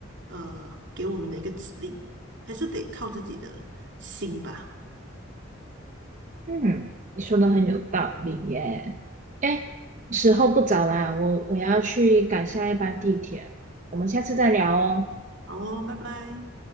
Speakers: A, on the right (about 65°); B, on the right (about 40°).
A: 呃给我们的一个指令，还是得靠自己的心吧。
B: 嗯，你说的很有道理耶。哎，时候不早啦，我我要去赶下一班地铁了，我们下次再聊哦。
A: 好哦，拜拜。